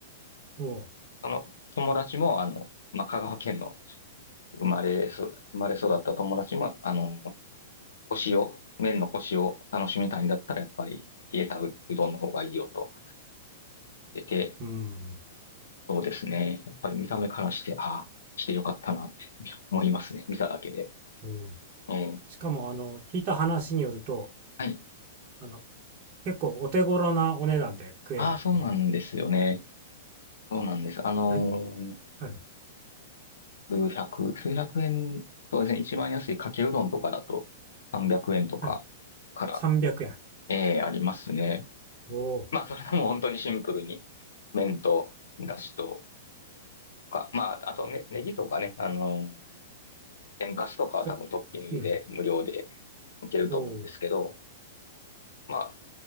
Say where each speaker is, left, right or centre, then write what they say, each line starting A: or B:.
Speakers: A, on the right; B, on the left.
A: おお。
B: あの、友達も、あの、まあ、香川県の生まれそ、生まれ育った友達も、あの、腰を、麺の腰を楽しみたいんだったら、やっぱり冷えたう、うどんの方がいいよと言ってて、
A: うん。
B: そうですね。やっぱり見た目からして、ああ、してよかったなって思いますね。見ただけで。
A: おお。
B: うん
A: しかも、あの、聞いた話によると、
B: はい。
A: あの、結構お手頃なお値段で食えるっていう。
B: ああ、そうなんですよね。そうなんです。あのー
A: はい、はい、
B: 数百、数百円、そうですね、一番安いかけうどんとかだと300円とかから、
A: はい。300円。
B: えーありますね。
A: おお、
B: まあ、それはもう本当にシンプルに、麺と、だしとか、まあ、あとね、ネギとかね、あの、天かすとかは多分トッピングで無料で
A: ちょっとうん、
B: いけると思うんですけど、
A: おお。
B: まあ、